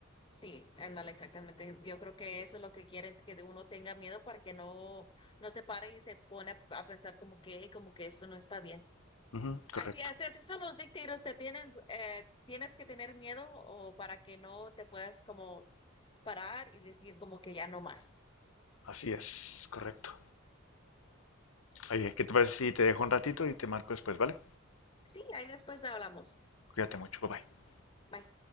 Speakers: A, on the left; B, on the left.
A: sí, ándale, exactamente. Yo creo que eso es lo que quieren, que de uno tenga miedo para que no, no se pare y se pone a, a pensar como que, como que eso no está bien.
B: Ujú,
A: Así
B: correcto.
A: así así son los dictators, te tienen, eh, tienes que tener miedo o para que no te puedas como parar y decir como que ya no más.
B: Así es, correcto. Oye, ¿qué te parece si te dejo un ratito y te marco después, ¿vale?
A: Sí, ahí después hablamos.
B: Cuídate mucho, bye bye.
A: Bye.